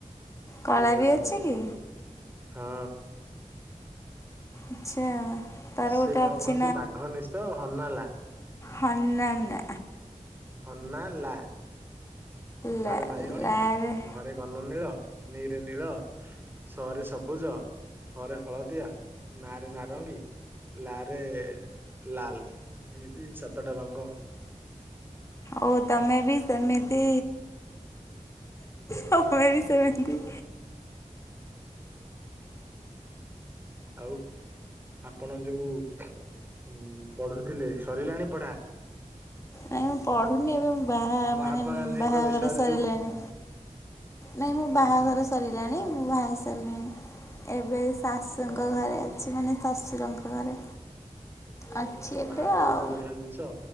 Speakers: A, on the left; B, on the right.
A: କଳା
B: ଏହି ଭଳିଆ
A: ବି
B: ସବୁ
A: ଅଛି
B: ରଙ୍ଗ
A: କି
B: ହଁ।
A: ଆଚ୍ଛା। ତାର
B: ସେ
A: ଗୋଟେ
B: କଣ
A: ଅଛି
B: କହନ୍ତି ବାଘ ନିିଶ ହନାଲା?
A: ହନାନା।
B: ହ ନା ଲା
A: ଲା
B: ବାରେ ବାଇଗଣୀ
A: ଲାରେ
B: ଘ ରେ ଘନନୀଳ ନୀ ରେ ନୀଳ ସ ରେ ସବୁଜ ହ ରେ ହଳଦିଆ ନା ରେ ନାରଙ୍ଗୀ। ଲା ରେ ଲାଲ୍ ଏମିତି ସାତଟା ରଙ୍ଗ।
A: ଆଉ ତମେ ବି ସେମିତି ତମେ ବି ସେମିତି।
B: ଆଉ ଆପଣ ଯୋଉ- ଉଁ ପଢୁଥିଲି ସରିଲାଣି ପଢ଼ା?
A: ନାଇ ମୁଁ ପଢୁନି ଏବେ ବାହା
B: ମହାତ୍ମା
A: ମାନେ
B: ଗାନ୍ଧୀଙ୍କ
A: ବାହାଘର
B: ବିଷୟରେ
A: ସରିଲାଣି।
B: ଯୋଉ
A: ନାଇ ମୁଁ
B: ଉଁ
A: ବାହାଘର
B: ହୁଁ
A: ସରିଲାଣି ମୁଁ ବାହା ସାରିଲିଣି ଏବେ ଶାଶୁଙ୍କ ଘରେ ଅଛି ମାନେ ଶଶୁରଙ୍କ ଘରେ।
B: ଓହ ଉଁ
A: ଅଛି ଏବେ
B: ବାହାଘର
A: ଆଉ।
B: ଗୋଟେ ବଢିଆ ଜିନିଷ